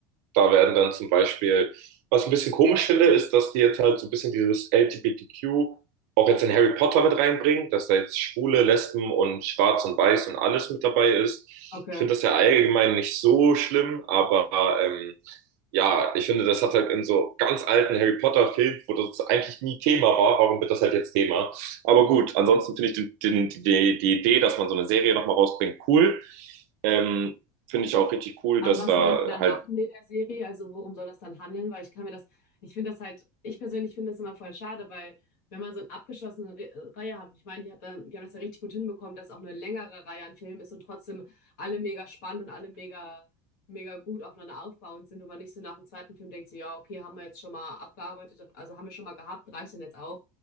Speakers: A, on the right; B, on the left.
A: da werden dann zum Beispiel, was ich ein bisschen komisch finde, ist, dass die jetzt halt so ein bisschen dieses L G B T Q auch jetzt in Harry Potter mit reinbringen, dass da jetzt Schwule, Lesben und Schwarz und Weiß und alles mit dabei ist.
B: Okay.
A: Ich finde das ja allgemein nicht so schlimm, aber ähm, ja, ich finde, das hat halt in so ganz alten Harry Potter-Filmen, wo das eigentlich nie Thema war, warum wird das halt jetzt Thema? Aber gut, ansonsten finde ich den, den, die, die Idee, dass man so eine Serie nochmal rausbringt, cool. Ähm, finde ich auch richtig cool,
B: Aber
A: dass
B: was
A: da
B: wollen die dann
A: halt
B: machen in der Serie? Also worum soll das dann handeln? Weil ich kann mir das, ich finde das halt, ich persönlich finde das immer voll schade, weil wenn man so eine abgeschlossene Re äh, Reihe hat, und ich meine, die hat dann, die haben das ja richtig gut hinbekommen, dass auch eine längere Reihe an Filmen ist und trotzdem alle mega spannend und alle mega, mega gut aufeinander aufbauend sind und man nicht so nach dem zweiten Film denkt, so, ja, okay, haben wir jetzt schon mal abgearbeitet, also haben wir schon mal gehabt, reicht dann jetzt auch.